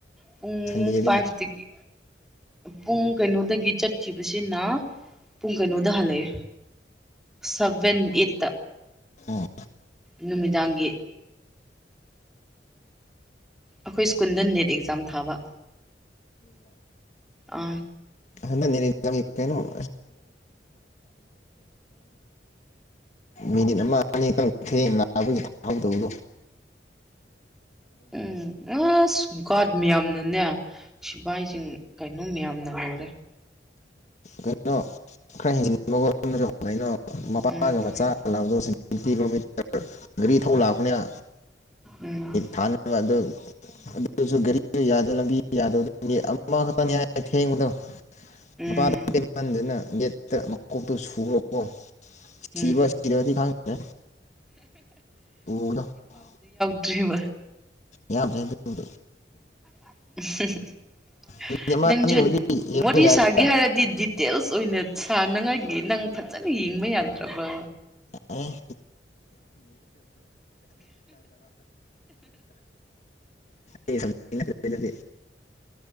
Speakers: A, in the centre; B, on the left.
A: ꯄꯨꯡ
B: ꯁꯟꯗꯦꯗꯕꯨ
A: ꯐꯥꯏꯚꯇꯒꯤ ꯄꯨꯡ ꯀꯩꯅꯣꯗꯒꯤ ꯆꯠ ꯈꯤꯕꯁꯤꯅ ꯄꯨꯡ ꯀꯩꯅꯣꯗ ꯍꯜꯂꯛꯑꯦ ꯁꯕꯟ ꯏꯠ
B: ꯑꯣ
A: ꯅꯨꯃꯤꯗꯥꯡꯒꯤ ꯑꯩꯈꯣꯏ ꯁ꯭ꯀꯨꯜꯗ ꯅꯦꯠ ꯑꯦꯛꯖꯥꯝ ꯊꯥꯕ ꯑꯥ
B: ꯍꯟꯗ ꯀꯩꯅꯣꯝ ꯃꯤꯅꯤꯠ ꯑꯃ ꯑꯅꯤꯪ ꯅꯥꯕꯒꯤ ꯐꯗꯧꯕꯗꯣ
A: ꯎꯝ ꯑꯁ ꯒꯥꯔꯗ ꯃꯌꯥꯝꯅꯅꯦ ꯁꯤꯐꯥꯏꯁꯤꯡ ꯀꯣ ꯑꯗꯨꯝ ꯌꯥꯝꯅ ꯂꯨꯔꯦ
B: ꯀꯩꯅꯣ ꯈꯔ ꯍꯤꯡꯅꯤꯡꯕꯒꯩꯅꯣ ꯃꯄꯥꯒ
A: ꯎꯝ
B: ꯃꯆꯥꯒ <unintelligible> ꯂꯧꯥꯡꯗꯕꯁꯤꯡ ꯇꯦꯟꯇꯤ ꯀꯤꯂꯣꯃꯤꯇꯔ ꯒꯥꯔꯤ ꯊꯧ ꯂꯥꯛꯄꯅꯦꯅ
A: ꯎꯝ
B: ꯗꯥꯅ ꯑꯗꯨ ꯑꯗꯨ ꯑꯁꯨ ꯒꯔꯤ ꯌꯥꯗ ꯂꯝꯕꯤ ꯌꯥꯗꯒꯤ ꯑꯃꯈꯛꯇꯅꯤ ꯍꯥꯏꯏ ꯊꯦꯡꯕꯗꯣ <unintelligible>
A: ꯎꯝ
B: ꯃꯗꯅ ꯒꯦꯠꯇ ꯃꯀꯣꯛꯇꯨ ꯁꯨꯈ꯭ꯔꯕꯣ
A: ꯎꯝ
B: ꯁꯤꯕꯔꯗꯤ ꯈꯦ ꯎꯗ <unintelligible>
A: ꯇ꯭ꯔꯤꯍꯤꯃ
B: ꯌꯥꯝ ꯐꯌ‌ꯦꯗ ꯑꯗꯨꯕꯨꯗꯤ
A: <unintelligible>
B: ꯃꯤꯅꯤꯠ ꯑꯃ
A: ꯅꯪꯁꯨ
B: ꯑꯅꯤꯕꯨꯗꯤ ꯌꯦꯡꯕ
A: ꯋꯥꯔꯤ
B: ꯌꯥꯏꯗ
A: ꯁꯥꯒꯦ ꯍꯥꯏꯔꯗꯤ ꯗꯤꯇꯦꯜꯁ ꯑꯁ ꯑꯣꯏꯅ ꯁꯥꯅꯉꯥꯏꯒꯤ ꯅꯪ ꯐꯖꯅ ꯌꯦꯡꯕ ꯌꯥꯗ꯭ꯔꯕꯕꯥ
B: ꯑ ꯑꯩ ꯁꯕꯖꯦꯛ ꯅꯠꯇ꯭ꯔꯦ ꯑꯗꯨꯗꯤ